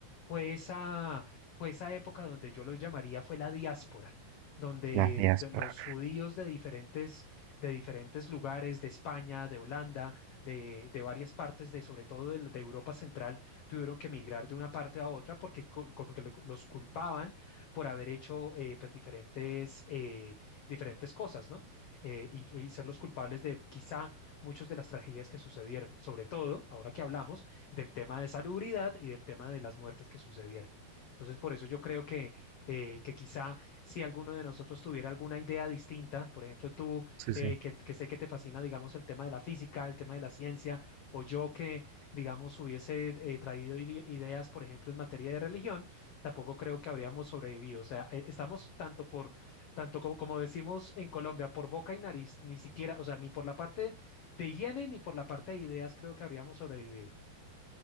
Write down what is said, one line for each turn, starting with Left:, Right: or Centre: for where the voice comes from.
Left: Fue esa, fue esa época donde yo los llamaría fue la diáspora, donde
Right: La diáspora.
Left: de- los judíos de diferentes, de diferentes lugares, de España, de Holanda, de, de varias partes, de, sobre todo de, de Europa Central, tuvieron que emigrar de una parte a otra porque, cul- cul- porque lo- los culpaban por haber hecho eh, pues diferentes, eh, diferentes cosas, ¿no? Eh, y, y ser los culpables de quizá muchas de las tragedias que sucedieron, sobre todo, ahora que hablamos del tema de salubridad y del tema de las muertes que sucedieron. Entonces, por eso yo creo que, eh, que quizá si alguno de nosotros tuviera alguna idea distinta, por ejemplo, tú,
Right: Sí,
Left: eh,
Right: sí.
Left: que, que sé que te fascina, digamos, el tema de la física, el tema de la ciencia, o yo que, digamos, hubiese eh, traído ide- ideas, por ejemplo, en materia de religión, tampoco creo que habríamos sobrevivido. O sea, eh, estamos tanto por, tanto como, como decimos en Colombia, por boca y nariz, ni siquiera, o sea, ni por la parte de higiene ni por la parte de ideas creo que habríamos sobrevivido.